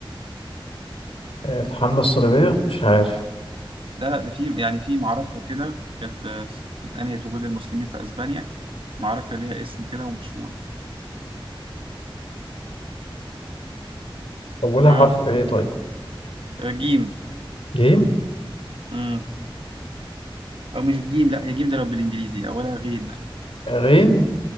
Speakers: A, on the left; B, on the right.
A: الحملة الصليبية مش عارف
B: لا لا ده في يعني في معركة كده كانت آه، أنهت وجود المسلمين في أسبانيا معركة ليها اسم كده ومشهورة
A: أولها
B: آه
A: حرف إيه طيب
B: آه، جيم
A: جيم
B: مم. أو مش جيم لأ هي جيم ده لو بالإنجليزي أولها غين
A: غين